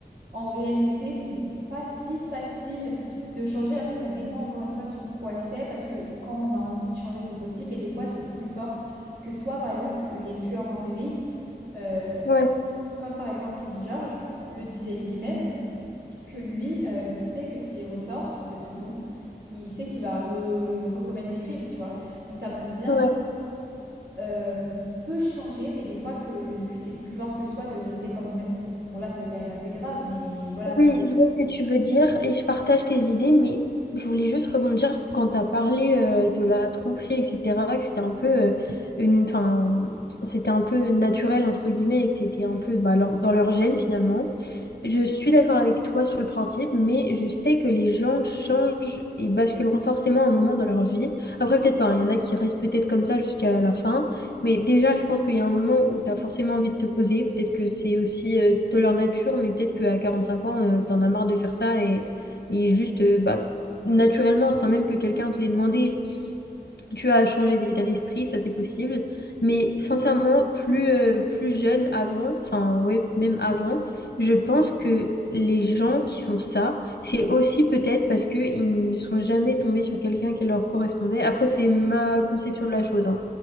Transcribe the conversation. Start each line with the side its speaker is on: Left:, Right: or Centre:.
Right: en réalité, c'est pas si facile de changer. Après, ça dépend encore une fois sur quoi c'est, parce que quand on a envie de changer, c'est possible, mais des fois, c'est plus fort que soit, par exemple, les tueurs en série. euh,
Left: ouais,
Right: comme par exemple Guy Georges le disait lui-même que lui, euh, il sait que s'il ressort de prison, il sait qu'il va re- recommettre des crimes, tu vois. Donc ça prouve bien
Left: ouais.
Right: qu'on peut changer, mais des fois que juste c'est plus fort que soi de rester comme on est. Bon là, c'est quand même assez grave, mais voilà
Left: Oui,
Right: ça.
Left: je vois ce que tu veux dire et je partage tes idées, mais je voulais juste rebondir quand tu as parlé euh, de la tromperie, etc., que c'était un peu euh, une, enfin, c'était un peu naturel entre guillemets et que c'était un peu bah, leur- dans leur gène finalement. Je suis d'accord avec toi sur le principe, mais je sais que les gens changent et basculeront forcément un moment dans leur vie. Après, peut-être pas, hein, il y en a qui restent peut-être comme ça jusqu'à la fin, mais déjà, je pense qu'il y a un moment où tu as forcément envie de te poser. Peut-être que c'est aussi euh, de leur nature, mais peut-être qu'à cinq ans, tu en as marre de faire ça et, et juste, euh, bah, naturellement, sans même que quelqu'un te l'ait demandé, tu as changé d'état d'esprit, ça c'est possible. Mais sincèrement, plus, euh, plus jeune avant, enfin ouais, même avant, je pense que les gens qui font ça, c'est aussi peut-être parce qu'ils ne sont jamais tombés sur quelqu'un qui leur correspondait. Après, c'est ma conception de la chose, hein.